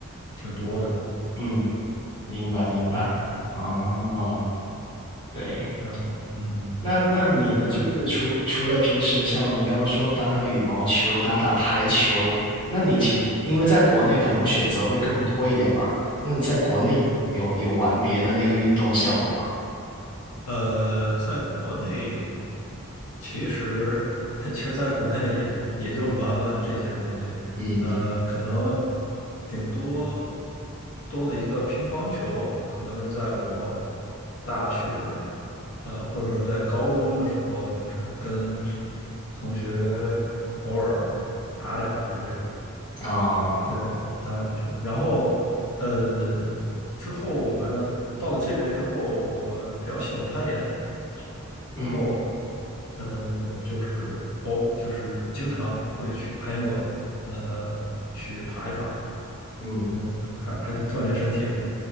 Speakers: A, on the left (about 80°); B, on the left (about 20°).
A: 挺多的。
B: 嗯，明白明白。
A: 嗯，
B: 哦，对，
A: 然后嗯，
B: 那那你呢？
A: 然后
B: 就是除除了平时像你刚刚说的打打羽毛球、打打台球，那你其因为在国内可能选择会更多一点嘛？
A: 嗯嗯
B: 那你在国内有有玩别的那个运动项目吗？
A: 嗯嗯嗯。呃，在国内，其实 <laughs> 其实在国内也也就玩玩这些东西，
B: 嗯嗯
A: 呃，可能顶多多了一个乒乓球，可能是在我大学，呃，或者说在高中的时候，就是跟同学偶尔打两局这种，
B: 啊，
A: 对，打两局，然后呃，之后反正到了这边之后，我比较喜欢攀岩。
B: 嗯
A: 然后呃就是哦，就是经常会去攀岩馆，呃，去爬一爬，
B: 嗯
A: 嗯，还还挺锻炼身体的，